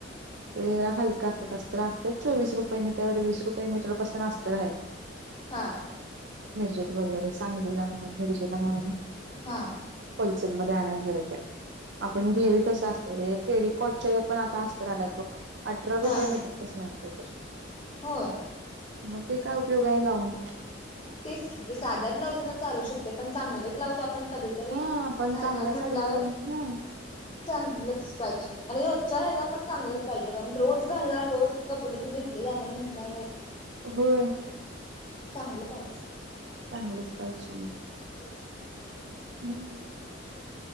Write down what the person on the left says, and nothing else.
हा
हां
हां
होय.
तेच की ते साध्या ब्लाउज चालू शकतेय पण चांगले ब्लाउज आपण. आपण कधीतरी
घालणार
म्हणल्यावर.
चांगलंच पाहिजे आणि रोजच्या ह्याला पण चांगलंच पाहिजे कारण रोज घालणार रोज. कपडे ते धुतले जाणार म्हणल्यावर.
चांगलं पाहिजे.
<inaudible>